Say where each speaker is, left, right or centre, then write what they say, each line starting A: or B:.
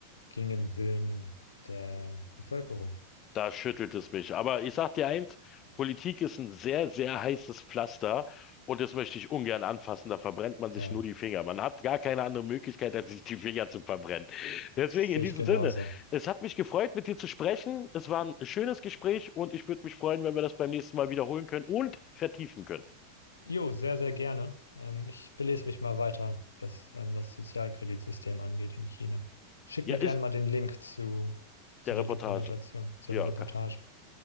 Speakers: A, on the left; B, on the left.
A: gegen den Willen der Bevölkerung.
B: Da schüttelt es mich. Aber ich sag dir eins, Politik ist ein sehr, sehr heißes Pflaster und das möchte ich ungern anfassen. Da verbrennt man sich
A: Ja,
B: nur die Finger. Man hat gar keine andere Möglichkeit, als sich die Finger zu verbrennen. Deswegen
A: das
B: in
A: sehe
B: diesem
A: ich genauso.
B: Sinne, es hat mich gefreut, mit dir zu sprechen. Es war ein schönes Gespräch und ich würde mich freuen, wenn wir das beim nächsten Mal wiederholen können und vertiefen können.
A: Jo, sehr, sehr gerne. Ähm, ich belese mich mal weiter, was ähm, das Sozialkreditsystem angeht in China. Schick
B: Ja,
A: mir
B: ist
A: gerne mal den Link zu, zu
B: Der
A: der
B: Reportage.
A: Dokumentation, zu
B: Ja,
A: der Reportage.
B: kann,